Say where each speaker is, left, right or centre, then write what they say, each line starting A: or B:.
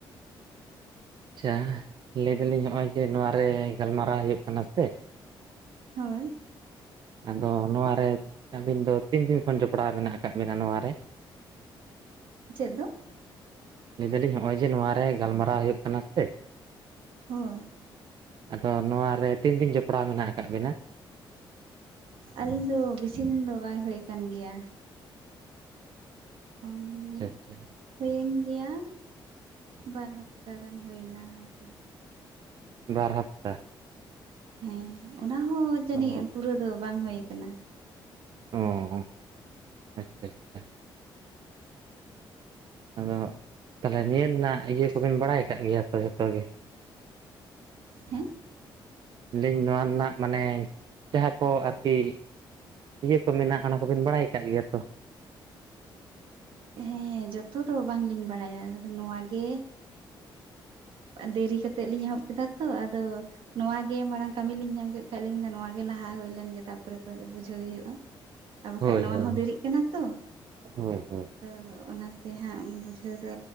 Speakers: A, on the right; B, on the right.
A: ᱟᱪᱪᱷᱟ ᱞᱟᱹᱭ ᱫᱟᱞᱤᱧ ᱱᱚᱜᱼᱚᱭ ᱡᱮ ᱱᱚᱣᱟᱨᱮ ᱜᱟᱞᱢᱟᱨᱟᱣ ᱦᱩᱭᱩᱜ ᱠᱟᱱᱟ ᱥᱮ
B: ᱦᱳᱭ
A: ᱟᱫᱚ ᱱᱚᱣᱟᱨᱮ ᱟᱹᱵᱤᱱ ᱫᱚ ᱛᱤᱱ ᱫᱤᱱ ᱠᱷᱚᱱ ᱡᱚᱯᱲᱟᱣ ᱢᱮᱱᱟᱜ ᱟᱠᱟᱫ ᱵᱤᱱᱟ ᱱᱚᱣᱟ ᱨᱮ
B: ᱪᱮᱫ ᱫᱚ
A: ᱞᱟᱹᱭ ᱫᱟᱞᱤᱧ ᱱᱚᱜᱼᱚᱭ ᱡᱮ ᱱᱚᱣᱟᱨᱮ ᱜᱟᱞᱢᱟᱨᱟᱣ ᱦᱩᱭᱩᱜ ᱠᱟᱱᱟ ᱥᱮ
B: ᱦᱳᱭ
A: ᱟᱫᱚ ᱱᱚᱣᱟ ᱨᱮ ᱛᱤᱱ ᱫᱤᱱ ᱡᱚᱯᱲᱟᱣ ᱢᱮᱱᱟᱜ ᱟᱠᱟᱫ ᱵᱤᱱᱟ
B: ᱟᱹᱞᱤᱧ ᱫᱚ ᱵᱮᱥᱤ ᱫᱤᱱ ᱫᱚ ᱵᱟᱭ ᱦᱳᱭ ᱟᱠᱟᱱ ᱜᱮᱭᱟ <unintelligible>
A: ᱟᱪᱪᱷᱟ ᱟᱪᱷᱟ
B: ᱦᱩᱭᱮᱱ ᱜᱮᱭᱟ ᱵᱟᱨ ᱦᱟᱯᱛᱟ ᱜᱟᱱ ᱦᱩᱭᱮ ᱮᱱᱟ ᱦᱚᱭᱛᱚ
A: ᱵᱟᱨ ᱦᱟᱯᱛᱟ
B: ᱦᱮᱸ ᱚᱱᱟ ᱦᱚᱸ ᱡᱟᱹᱱᱤᱡ
A: ᱚ
B: ᱯᱩᱨᱟᱹ ᱫᱚ ᱵᱟᱝ ᱦᱩᱭᱩ ᱟᱠᱟᱱᱟ
A: ᱚ ᱟᱪᱪᱷᱟ ᱟᱪᱪᱷᱟ ᱟᱫᱚ ᱛᱟᱦᱚᱞᱮ ᱱᱤᱭᱟᱹ ᱨᱮᱱᱟᱜ ᱤᱭᱟᱹ ᱠᱚᱵᱮᱱ ᱵᱟᱲᱟᱭ ᱟᱠᱟᱟᱜ ᱜᱮᱭᱟ ᱛᱚ ᱡᱷᱚᱛᱚ ᱜᱮ
B: ᱦᱮᱸ
A: <inaudible> ᱱᱚᱣᱟ ᱨᱮᱱᱟᱜ ᱢᱟᱱᱮ ᱡᱟᱦᱟᱸ ᱠᱚ ᱟᱨᱠᱤ ᱤᱭᱟᱹ ᱠᱚ ᱢᱮᱱᱟᱜ ᱚᱱᱟ ᱠᱚᱵᱤᱱ ᱵᱟᱲᱟᱭ ᱟᱠᱟᱫ ᱜᱮᱭᱟ ᱛᱚ
B: ᱦᱮᱸ ᱡᱚᱛᱚ ᱫᱚ ᱵᱟᱝᱞᱤᱧ ᱵᱟᱲᱟᱭᱟ ᱱᱚ ᱜᱮ ᱫᱮᱨᱤ ᱠᱟᱛᱮᱫ ᱞᱤᱧ ᱮᱦᱚᱵ ᱠᱮᱫᱟ ᱛᱚ ᱟᱫᱚ ᱱᱚᱣᱟ ᱜᱮ ᱢᱟᱲᱟᱝ ᱠᱟᱹᱢᱤ ᱞᱤᱧ ᱧᱟᱢ ᱠᱮᱫ ᱠᱷᱟᱡ ᱞᱤᱧ ᱢᱮᱱᱫᱟ ᱱᱚ ᱜᱮ ᱞᱟᱦᱟ ᱦᱩᱭᱞᱮᱱ ᱜᱮ ᱛᱟᱯᱚᱨᱮ ᱫᱚ ᱵᱩᱡᱷᱟᱹᱣ ᱦᱩᱭᱩᱜᱼᱟ ᱟᱨ ᱵᱟᱠᱷᱷᱟᱡ
A: ᱦᱳᱭ
B: ᱱᱚᱣᱟ
A: ᱦᱳᱭ
B: ᱦᱚᱸ ᱫᱮᱨᱤᱜ ᱠᱟᱱᱟ ᱛᱚ
A: ᱦᱳᱭ ᱦᱳᱭ
B: ᱟᱫᱚ ᱚᱱᱟᱛᱮ ᱦᱟᱸᱜ ᱵᱩᱡᱷᱟᱹᱣ ᱫᱚ